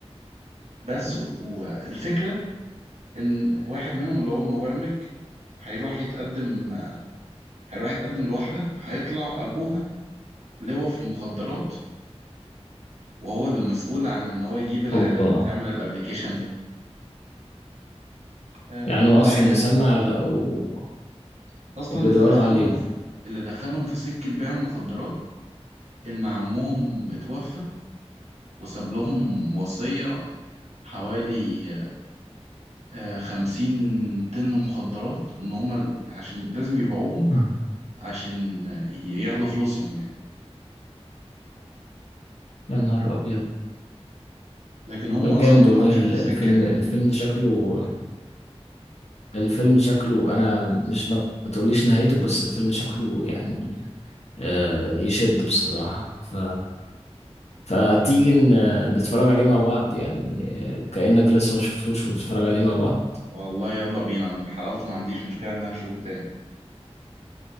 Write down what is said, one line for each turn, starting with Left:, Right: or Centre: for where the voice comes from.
Right: بس والفكرة ان واحد منهم اللي هو المبرمج هيروح يتقدم هيروح يتقدم لواحدة هيطلع أبوها لواء في المخدرات وهو اللي مسؤول عن إن هو يجيب العيال
Left: اوبا
Right: اللي بتعمل الأبليكيشن ده آه،
Left: يعني هو
Right: اللي
Left: اصلا
Right: هيدا
Left: مسمع ولا و...
Right: أصلا
Left: وبيدوروا
Right: اللي دخلهم
Left: عليهم
Right: في اللي دخلهم في سكة بيع المخدرات إن عمهم اتوفى وساب لهم وصية حوالي آه، خمسين طن مخدرات وإن هما ال- عشان لازم يبيعوهم
Left: آه.
Right: عشان آه، ياخدوا فلوسهم يعني
Left: يا نهار ابيض
Right: لكن هم
Left: طب
Right: اصلا
Left: جامد
Right: ما
Left: والله
Right: لهمش
Left: ال-
Right: في السكه
Left: الفيلم
Right: دي
Left: الفيلم شكله الفيلم شكله انا مش ما ما تقوليش نهايته بس الفيلم شكله يعني آه، يشد بصراحة ف فتيجي ن- نتفرج عليه مع بعض يعني كأنك لسه ما شفتوش ونتفرج عليه مع بعض
Right: والله يلا بينا انا من حلاوته ما عنديش مشكله ان انا اشوفه تاني